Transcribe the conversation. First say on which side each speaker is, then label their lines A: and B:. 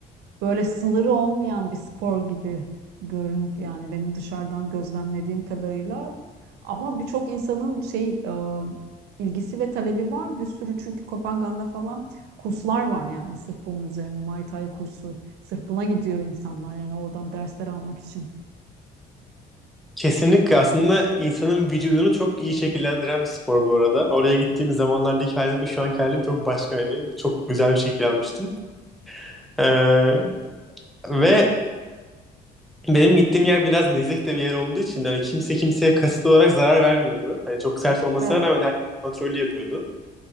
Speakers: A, on the right; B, in the centre.
A: böyle sınırı olmayan bir spor gibi görün yani benim dışarıdan gözlemlediğim kadarıyla. Ama birçok insanın şey e, ilgisi ve talebi var. Bir sürü çünkü Kopenhag'da falan kurslar var yani sırf bunun üzerine Muay Thai kursu. Sırf buna gidiyor insanlar yani oradan dersler almak için.
B: Kesinlikle aslında insanın vücudunu çok iyi şekillendiren bir spor bu arada. Oraya gittiğim zamanlardaki halim ve şu anki halim çok başka hani. Çok güzel bir şekil almıştım. Ee, ve Benim gittiğim yer biraz nezih de bir yer olduğu için hani kimse kimseye kasıtlı olarak zarar vermiyordu. Hani çok sert olmasına
A: Evet.
B: rağmen herkes kontrollü yapıyordu.